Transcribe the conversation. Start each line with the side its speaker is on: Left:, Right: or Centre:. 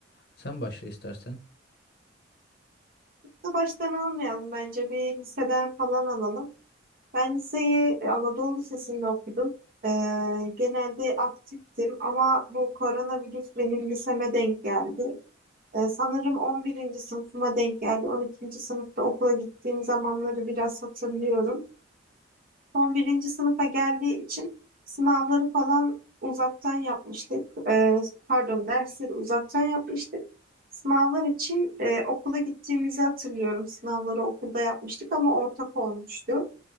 Left: Sen başla istersen.
Right: Da baştan almayalım bence. Bir liseden falan alalım. Ben liseyi e, Anadolu Lisesi'nde okudum. Ee, genelde aktiftim ama bu koronavirüs benim liseme denk geldi. Ee, sanırım 11. sınıfıma denk geldi. 12. sınıfta okula gittiğim zamanları biraz hatırlıyorum. Son birinci sınıfa geldiği için sınavları falan uzaktan yapmıştık. Ee, pardon dersleri uzaktan yapmıştık. Sınavlar için e, okula gittiğimizi hatırlıyorum. Sınavları okulda yapmıştık ama ortak olmuştu.